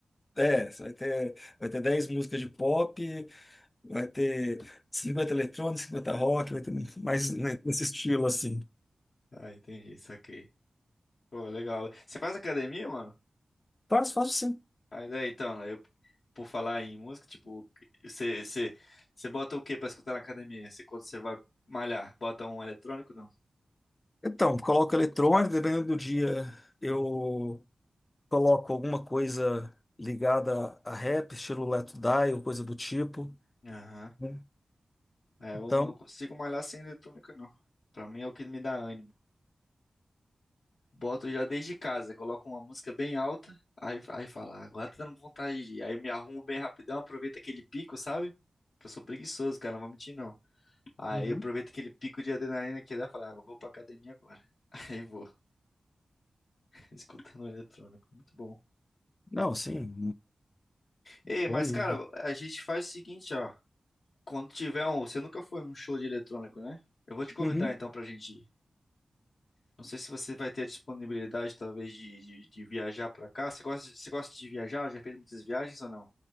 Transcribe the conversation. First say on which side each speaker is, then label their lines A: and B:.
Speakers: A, on the left (about 30°); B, on the left (about 75°).
A: é, você vai ter, vai ter 10 músicas de pop, vai ter 50 eletrônicos, 50 rock, vai ter mais ne- nesse estilo assim.
B: Ah, entendi, saquei. Pô, legal. Você faz academia, mano?
A: Faz, faço sim.
B: Aí, daí, então, né? Eu, por falar em música, tipo, você, você, você bota o que pra escutar na academia? Você, quando você vai malhar, bota um eletrônico, não?
A: Então, coloco eletrônico, dependendo do dia, eu coloco alguma coisa ligada a rap, estilo Let It Die ou coisa do tipo.
B: Aham.
A: né?
B: É,
A: Então,
B: eu não consigo malhar sem eletrônica, não. Pra mim é o que me dá ânimo. Boto já desde casa, coloco uma música bem alta, aí, aí fala, "Ah, agora tá dando vontade de ir. Aí me arrumo bem rapidão, aproveito aquele pico, sabe? Que eu sou preguiçoso, cara, não vou mentir, não. Aí
A: uhum.
B: eu aproveito aquele pico de adrenalina que dá, falo, ah, eu vou pra academia agora. <laughs> Aí vou. Escutando o eletrônico, muito bom.
A: Não, sim
B: Ei,
A: bom
B: mas
A: mesmo.
B: cara, a gente faz o seguinte, ó. Quando tiver um, você nunca foi num show de eletrônico, né? Eu vou te convidar
A: Uhum.
B: então pra gente ir. Não sei se você vai ter a disponibilidade, talvez, de, de, de viajar pra cá. Você gosta, de- você gosta de viajar? Já fez muitas viagens ou não?